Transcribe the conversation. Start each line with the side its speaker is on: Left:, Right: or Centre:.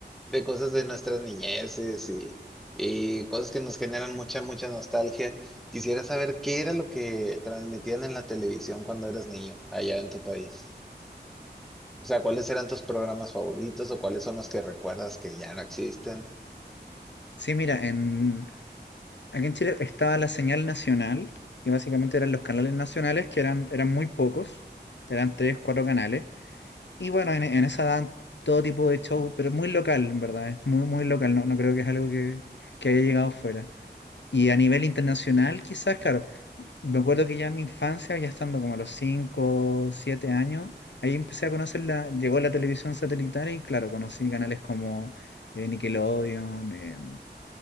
Centre: de cosas de nuestras niñeces y, y cosas que nos generan mucha, mucha nostalgia. Quisiera saber qué era lo que transmitían en la televisión cuando eras niño allá en tu país. O sea, ¿cuáles eran tus programas favoritos o cuáles son los que recuerdas que ya no existen?
Left: Sí, mira, en, aquí en Chile estaba la señal nacional, que básicamente eran los canales nacionales, que eran, eran muy pocos, eran tres, cuatro canales. Y bueno, en, en esa dan todo tipo de show, pero es muy local, en verdad, es muy, muy local, no, no creo que es algo que, que haya llegado fuera. Y a nivel internacional, quizás, claro, me acuerdo que ya en mi infancia, ya estando como a los 5 7 años, ahí empecé a conocer la, llegó la televisión satelital y claro, conocí canales como eh, Nickelodeon, eh,